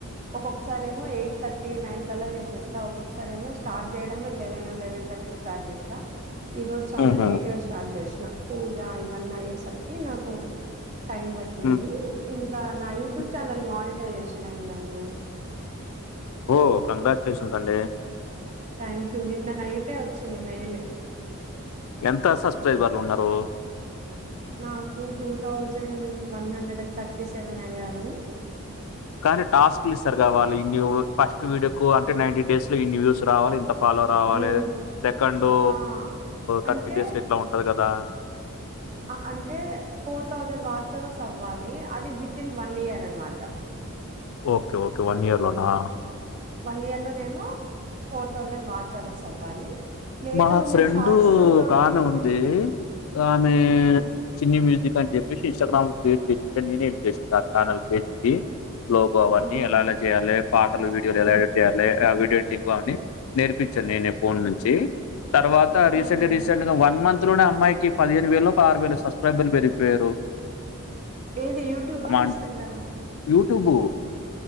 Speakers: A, on the right; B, on the left.
A: ఒక్కొక్కసారి ఏమో ఎయిట్ థర్టీ నైన్ కల్లా చేసేస్తా ఒక్కొక్కసారి ఏమో స్టార్ట్ చేయడమే లెవెన్ లెవెన్ థ ర్టీకి స్టార్ట్ చేస్తా ఈ రోజు చాలా
B: ఉహు.
A: లేట్ గా స్టార్ట్ చేస్ పూజ ఇవన్నీ అయ్యేసరికి నాకు టైమ్ పట్టింది
B: ఉమ్,
A: ఇంకా నా యూట్యూబ్
B: ఉమ్.
A: ఛానల్ మాని టైజెషన్ అయ్యిందండి
B: ఓ కంగ్రాచ్యులేషన్స్ అండి
A: థ్యాంక్ యూ నిన్న నైటే వచ్చింది మెయిల్
B: ఎంత సబ్స్క్రైబర్లు ఉన్నారు
A: నాకు two thousand one hundred and thirty seven అయ్యారు
B: కానీ టాస్క్ లు ఇస్తారుగా వాళ్ళు ఫస్ట్ వీడియోకూ అంటే నైన్టి డేస్ లో ఇన్ని వ్యూస్ రావాలి ఇంత ఫాలో రావాలె
A: ఉమ్
B: సెకండూ
A: ఆ అంటే
B: థర్టీ డేస్లో ఇట్లా ఉంటది కదా
A: అంటే ఫోర్ థౌజండ్ వాచ్హౌర్స్ అవ్వాలి అది వితిన్ వన్ ఇయర్ అనమాట
B: ఓకే ఓకే వన్ ఇయర్ లోనా
A: వన్ ఇయర్ లోనేమో ఫోర్ థౌజండ్ వాచ్ అవర్స్ అవ్వాలి లేదు
B: మా ఫ్రెండు
A: నేను షార్ట్స్ తోటి
B: ఒక ఆమె ఉంది ఆమె
A: ఆహా
B: చిన్ని మ్యూజిక్ అని చెప్పేసి ఇన్స్టా గ్రామ్ లో క్రియేట్ చేసింది నేనే హెల్ప్ చేసా ఆఛానల్ పేజ్కి లోగో అవన్నీ
A: ఆహా
B: ఎలాలా చేయాలె పాటలు వీడియోలు ఎలా ఎడిట్ చేయాలె వీడియో ఎడిటింగ్ అని నేర్పించాను నేనే ఫోన్ నుంచి తర్వాత రీసెంట్
A: ఓకే
B: రీసెంట్ గా వన్ మంత్ త్లోనే అమ్మాయికి పదిహేను వేలో పదహారు వేలో సబ్స్క్రైబర్లు పెరిగిపోయారు
A: ఏది యూట్యూబా
B: మా
A: ఇన్స్టగ్రామా
B: యూట్యూబు